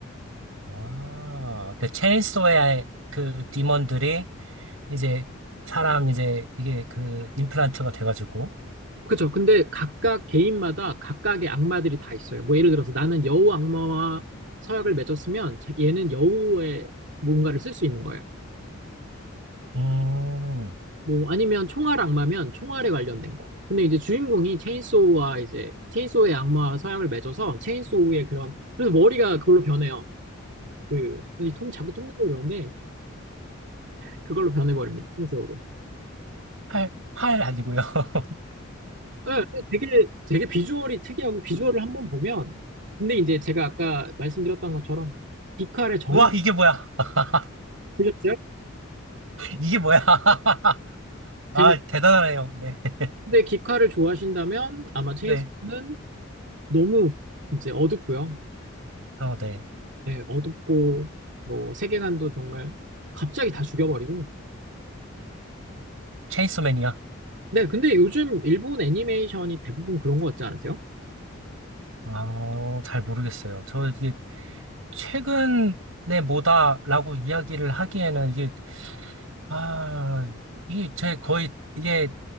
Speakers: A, on the right (about 75°); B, on the right (about 60°).
A: 아, 그 체인소의 그 디몬들이 이제 사람 이제 이게 그 임플란트가 돼가지고.
B: 그렇죠. 근데 각각 개인마다 각각의 악마들이 다 있어요. 뭐 예를 들어서 나는 여우 악마와 서약을 맺었으면 제- 얘는 여우의 뭔가를 쓸 수 있는 거예요.
A: 음,
B: 뭐 아니면 총알 악마면 총알에 관련된 거. 근데 이제 주인공이 체인소우와 이제 체인소우의 악마와 서약을 맺어서 체인소우의 그런 그래서 머리가 그걸로 변해요. 그, 이 통, 자꾸 톰 나고 그러는데, 그걸로 변해버립니다. 흰색으로.
A: 팔, 팔 아니고요. <laughs>
B: 예, 되게 되게 비주얼이 특이하고 비주얼을 한번 보면 근데 이제 제가 아까 말씀드렸던 것처럼 기카의 정
A: 와, 이게 뭐야? <laughs>
B: 보셨어요?
A: 이게 뭐야? <laughs> 아,
B: 재밌.
A: 대단하네요. 네, <laughs>
B: 근데 기카를 좋아하신다면 아마 체인소는
A: 네.
B: 너무 이제 어둡고요.
A: 어, 네.
B: 네, 어둡고 뭐 세계관도 정말 갑자기 다 죽여버리고.
A: 체인소맨이요.
B: 네, 근데 요즘 일본 애니메이션이 대부분 그런 거 같지 않으세요?
A: 아, 잘 모르겠어요. 저 이게 최근에 뭐다라고 이야기를 하기에는 이게, 아, 이게 제 거의, 이게